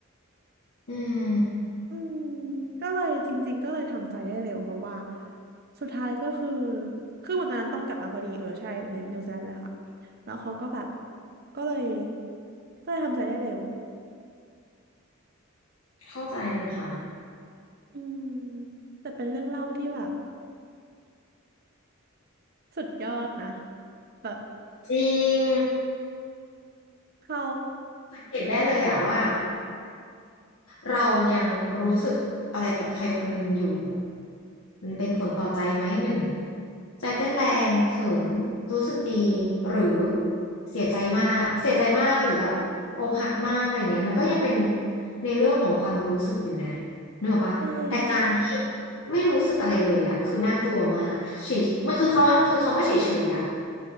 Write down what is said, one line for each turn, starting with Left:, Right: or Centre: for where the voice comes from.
Left: อืม
Right: อืมก็เลยจริงๆก็เลยทำใจได้เร็วเพราะว่าสุดท้ายก็คือคือวันนั้นต้องกลับมาพอดีเออใช่ในนิวซีแลนด์นั่นแหละค่ะแล้วเขาก็แบบก็เลยก็เลยทำใจได้เร็ว
Left: เข้าใจเลยค่ะ
Right: อืมแต่เป็นเรื่องเล่าที่แบบสุดยอดนะแบบ
Left: จริง
Right: เขา
Left: สังเกตได้เลยอะว่า เรายังรู้สึกอะไรกับใครคนหนึ่งอยู่แบบมันเป็นผลต่อใจไหมหนึ่งใจเต้นแรงเขินรู้สึกดีหรือเสียใจมากเสียใจมากหรือแบบอกหักมากอะไรเงี้ยมันก็ยังเป็นในเรื่องของความรู้สึกอยู่นะนึกออกปะแต่การที่
Right: ใช่
Left: ไม่รู้สึกอะไรเลยอะคือน่ากลัวมากเฉยมันคือคำว่าคือคำว่าเฉยๆอะ